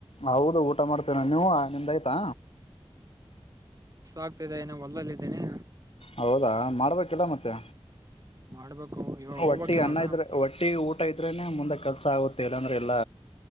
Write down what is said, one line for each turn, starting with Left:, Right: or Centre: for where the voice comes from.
Left: ಹೌದು ಊಟ ಊಟ ಮಾಡ್ತೇರಾ ನೀವು ನಿಮ್ಮದು ಆಯ್ತಾ
Right: ಆಗತಿದೆ ಇನ್ನು ಹೊಲ್ದಲ್ಲಿದ್ದೀನೆ
Left: ಹೌದಾ ಮಾಡಬೇಕಿಲ್ಲ ಮತ್ತೆ
Right: ಮಾಡ್ಬೇಕು ಇವಾಗ
Left: ಹೊಟ್ಟಿ
Right: ಹೋಗ್ಬಕ್ ಇವಾಗ
Left: ಅನ್ನ ಇದ್ರೆ ಹೊಟ್ಟಿ ಊಟ ಇದ್ರೇನೆ ಮುಂದೆ ಕಲ್ಸ ಸ ಆಗುತ್ತೆ ಇಲ್ಲಂದ್ರೆ ಇಲ್ಲ